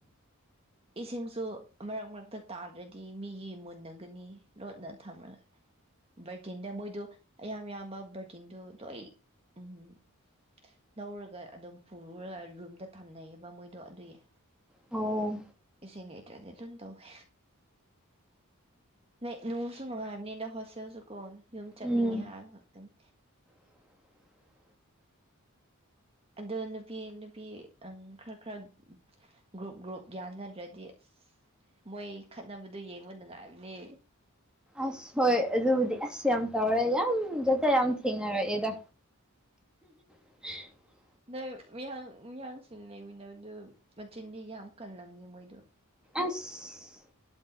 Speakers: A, on the right; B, in the centre.
A: ꯏꯁꯤꯡꯁꯨ ꯃꯔꯛ ꯃꯔꯛꯇ ꯇꯥꯗ꯭ꯔꯗꯤ ꯃꯤꯒꯤ ꯃꯨꯟꯅꯒꯅꯤ ꯂꯣꯠꯅ ꯊꯝꯃꯒ ꯕꯔꯇꯤꯟꯗ ꯃꯣꯏꯗꯨ ꯑꯌꯥꯝ ꯏꯌꯥꯝꯕ ꯕꯔꯇꯤꯟꯗꯨ ꯂꯣꯏ ꯎꯝꯝ ꯂꯧꯔꯒ ꯑꯗꯨꯝ ꯄꯨꯔꯨꯔꯒ ꯔꯨꯝꯗ ꯊꯝꯅꯩꯌꯦꯕ ꯃꯣꯏꯗꯣ ꯑꯗꯨꯒꯤ
B: ꯑꯣ
A: ꯏꯁꯤꯪ ꯂꯩꯠꯔꯗꯤ ꯑꯗꯨꯝ ꯇꯋꯦ ꯅ ꯅꯨꯡꯁꯨ ꯅꯨꯡꯉꯥꯏꯕꯅꯤ ꯑꯗ ꯍꯣꯁꯇꯦꯜꯁꯨ ꯀꯣ ꯌꯨꯝ ꯆꯠꯅꯤꯡꯉꯦ
B: ꯎꯝ
A: ꯍꯥꯏꯕ ꯈꯛꯇꯅꯤ
B: <unintelligible>
A: ꯑꯗ ꯅꯨꯄꯤ ꯅꯨꯄꯤ ꯈꯔ ꯈꯔ ꯒ꯭ꯔꯨꯞ ꯒ꯭ꯔꯨꯞ ꯌꯥꯅꯗ꯭ꯔꯗꯤꯁ ꯃꯣꯏ ꯈꯠꯅꯕꯗꯨ ꯌꯦꯡꯕ ꯅꯨꯡꯉꯥꯏꯕꯅꯦ
B: ꯑꯁ ꯍꯣꯏ ꯑꯗꯨꯕꯨꯗꯤ ꯑꯁ ꯌꯥꯝ ꯇꯧꯔꯦ ꯌꯥꯝ ꯆꯠꯇ ꯌꯥꯝ ꯊꯦꯡꯅꯔꯛꯑꯦꯗ <unintelligible> <inaudible>
A: ꯅꯣꯏ ꯃꯤꯌꯥ ꯃꯤꯌꯥꯡꯁꯤꯡ ꯂꯩꯃꯤꯟꯅꯕꯗꯨ ꯃꯆꯤꯟꯗꯤ ꯌꯥꯝ ꯀꯜꯂꯝꯅꯤ ꯃꯣꯏꯗꯨ
B: ꯑꯁ